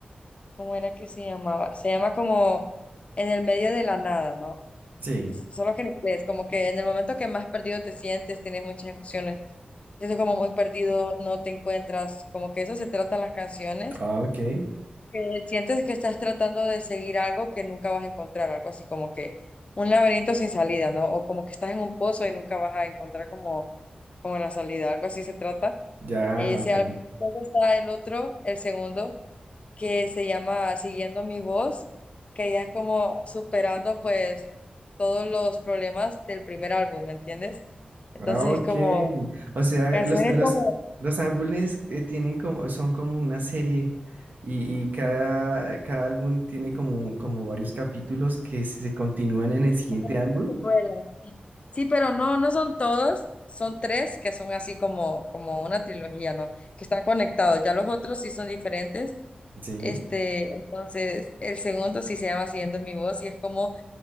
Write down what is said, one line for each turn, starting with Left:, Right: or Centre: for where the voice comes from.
Left: ¿Cómo era que se llamaba? Se llama como en el medio de la nada, ¿no?
Right: Sí.
Left: Solo que en inglés, como que en el momento que más perdido te sientes, tienes muchas emociones, sientes como muy perdido, no te encuentras, como que eso se tratan las canciones,
Right: Ah, Ok,
Left: que sientes que estás tratando de seguir algo que nunca vas a encontrar, algo así como que un laberinto sin salida, ¿no? O como que estás en un pozo y nunca vas a encontrar como, como la salida, algo así se trata.
Right: ya,
Left: Ese
Right: ok.
Left: álbum luego está el otro, el segundo que se llama Siguiendo mi voz, que ya es como superando pues todos los problemas del primer álbum, ¿me entiendes? Entonces
Right: Ah, ok.
Left: es como
Right: O sea,
Left: canciones
Right: los, los,
Left: como...
Right: los álbumes eh, tienen como, son como una serie y, y cada, cada álbum tiene como, como varios capítulos que se continúan en el siguiente
Left: como
Right: álbum.
Left: secuelas. Sí, pero no, no son todos, son tres que son así como, como una trilogía, ¿no? Que están conectados, ya los otros sí son diferentes.
Right: Sí,
Left: Este, entonces, el segundo sí se llama Siguiendo mi voz y es como